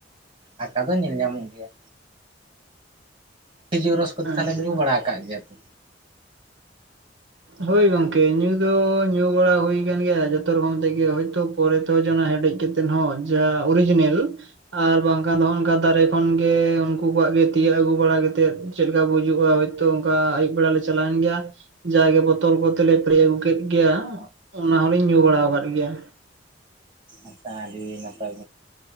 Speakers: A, on the right; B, on the right.
A: ᱟᱸᱠᱟ ᱫᱚ ᱧᱮᱞ ᱧᱟᱢᱚᱜ ᱜᱮᱭᱟ᱾ ᱠᱷᱤᱡᱩᱨ ᱨᱚᱥ ᱠᱚᱫᱚ
B: ᱟᱪᱪᱷᱟ
A: ᱛᱟᱦᱚᱞᱮ ᱧᱩ ᱵᱟᱲᱟ ᱟᱠᱟᱫ ᱜᱮᱭᱟ ᱛᱚ?
B: ᱦᱳᱭ ᱜᱚᱝᱠᱮ ᱧᱩ ᱫᱚ ᱧᱩ ᱵᱟᱲᱟ ᱦᱩᱭ ᱟᱠᱟᱱ ᱜᱮᱭᱟ, ᱡᱚᱛᱚ ᱨᱚᱠᱚᱢ ᱛᱮᱜᱮ ᱦᱚᱳᱭᱛᱚ ᱯᱚᱨᱮ ᱛᱮ ᱡᱮᱱᱚ ᱦᱮᱸᱰᱮᱡᱽ ᱠᱟᱛᱮᱫ ᱦᱚᱸ ᱡᱟ ᱚᱨᱤᱡᱤᱱᱮᱞ ᱟᱨ ᱵᱟᱝᱠᱷᱟᱱ ᱱᱚᱱᱝᱠᱟ ᱫᱟᱨᱮ ᱠᱷᱚᱱ ᱜᱮ ᱩᱱᱠᱩ ᱠᱚᱣᱟᱜ ᱜᱮ ᱛᱤᱭᱟᱹᱜ ᱟᱹᱜᱩ ᱵᱟᱲᱟ ᱠᱟᱛᱮᱫ ᱪᱮᱫᱮᱠᱟ ᱵᱚ ᱦᱤᱡᱩᱜᱼᱟ ᱦᱚᱭᱛᱳ ᱚᱱᱠᱟ ᱟᱹᱭᱩᱵ ᱵᱮᱲᱟ ᱞᱮ ᱪᱟᱞᱟᱣᱮᱱ ᱜᱮᱭᱟ ᱡᱟᱜᱮ ᱵᱚ ᱵᱚᱛᱚᱞ ᱠᱚᱛᱮᱞᱮ ᱯᱮᱨᱮᱡ ᱟᱹᱜᱩ ᱠᱮᱫ ᱜᱮᱭᱟ ᱚᱱᱟ ᱦᱚᱞᱤᱧ ᱧᱩ ᱵᱟᱲᱟᱣ ᱟᱠᱟᱫ ᱜᱮᱭᱟ᱾
A: ᱟᱪᱪᱷᱟ ᱟᱹᱰᱤ ᱱᱟᱯᱟᱭ